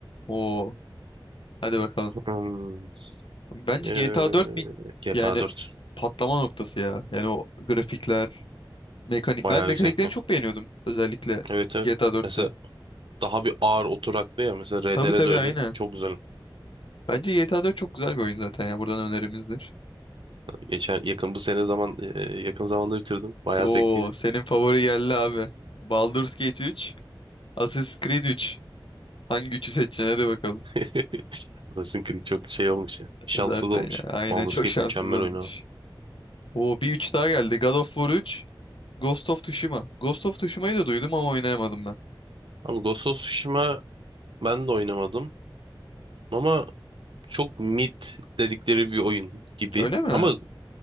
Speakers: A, on the left; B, on the right.
A: Oo. Hadi bakalım.
B: Hmm,
A: Bence
B: eee,
A: GTA 4 bir
B: GTA
A: yani
B: 4
A: patlama noktası ya. Yani o grafikler, mekanik.
B: bayağı
A: Ben mekaniklerini
B: güzel ekran.
A: çok beğeniyordum özellikle
B: Evet evet.
A: GTA 4'te.
B: Mesela daha bir ağır oturaklı ya. Mesela RDR
A: Tabii tabii
B: de öyle.
A: aynen.
B: Çok güzel.
A: Bence GTA 4 çok güzel bir oyun zaten ya. Buradan önerimizdir.
B: Geçen yakın bu sene zaman eee, yakın zamanda bitirdim. Bayağı
A: Oo,
B: zevkliydi.
A: senin favori geldi abi. Baldur's Gate 3, Assassin's Creed 3. Hangi üçü seçeceksin? Hadi bakalım.
B: <laughs> Assassin's Creed çok şey olmuş ya. Şanssız
A: Zaten
B: olmuş.
A: ya. Aynen
B: Baldur's
A: çok
B: Gate
A: şanssız
B: mükemmel
A: olmuş.
B: oyun abi.
A: Oo, bir üç daha geldi. God of War 3, Ghost of Tsushima. Ghost of Tsushima'yı da duydum ama oynayamadım ben.
B: Abi Ghost of Tsushima ben de oynamadım. Ama çok mid dedikleri bir oyun gibi.
A: Öyle mi?
B: Ama